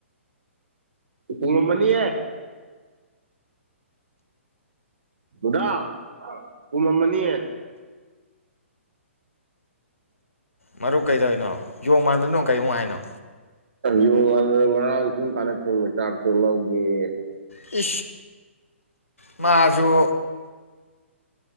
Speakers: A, on the right (about 60°); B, on the left (about 80°).
A: ꯄꯨꯝꯃꯝꯃꯅꯤꯌꯦ ꯗꯥ ꯄꯨꯝꯃꯝꯃꯅꯤꯌꯦ
B: ꯃꯔꯨꯞ ꯀꯩꯗꯧꯅꯣ ꯌꯣꯡ ꯃꯥꯟꯗꯅꯣ ꯀꯩ ꯑꯃꯣꯛ ꯍꯥꯏꯅꯣ
A: ꯌꯣꯡ ꯉꯥꯔꯥꯡ ꯉꯔꯥꯡ ꯁꯨꯝ ꯀꯥꯟꯗ ꯊꯣꯡꯕ ꯆꯥꯛꯇꯣ ꯂꯧꯒꯦ
B: ꯏ ꯃꯥꯖꯣ